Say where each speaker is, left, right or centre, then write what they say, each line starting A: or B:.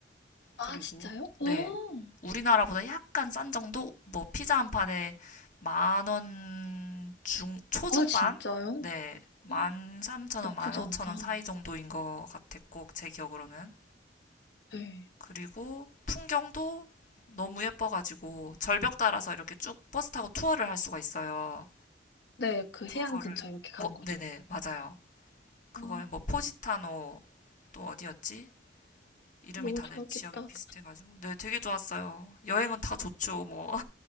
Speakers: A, on the left; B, on the left.
A: 아,
B: 그리고
A: 진짜요?
B: 네.
A: 어.
B: 우리나라보다 약간 싼 정도? 뭐 피자 한 판에 만원 중, 초중반?
A: 아, 진짜요?
B: 네. 만
A: 어,
B: 삼천
A: 나쁘지
B: 원, 만 오천
A: 않다.
B: 원 사이 정도인 것 같았고, 제 기억으로는.
A: 네.
B: 그리고 풍경도 너무 예뻐가지고, 절벽 따라서 이렇게 쭉 버스 타고 투어를 할 수가 있어요.
A: 네, 그
B: 그거를,
A: 해안 근처 이렇게 가는
B: 어,
A: 거죠.
B: 네네, 맞아요. 그걸
A: 아,
B: 뭐 포지타노, 또 어디였지? 이름이
A: 너무
B: 다들
A: 좋았겠다.
B: 지역이 비슷해가지고. 네, 되게 좋았어요. 여행은 다 좋죠, 뭐.